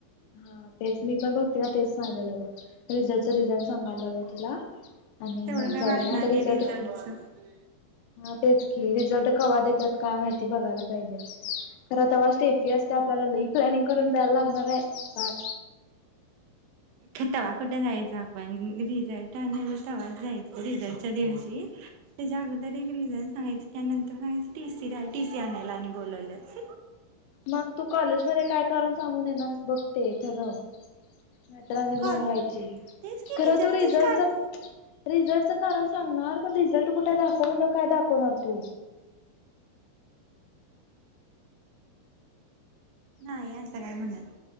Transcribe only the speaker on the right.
तेवढं
काय
वाटणार
नाही रिझल्टच
अगं तवा कुठे जायच आपण रिझल्ट आणयला तवाच जायच रिझल्टच्या दिवशी. त्याच्या अगोदर एक रिझन सांगायचं की नंतर सांगायचं, टी सी टी सी आणायला आणि बोलवल्यात.
कॉले
तेच की
काढ
नाही असं काय म्हणत.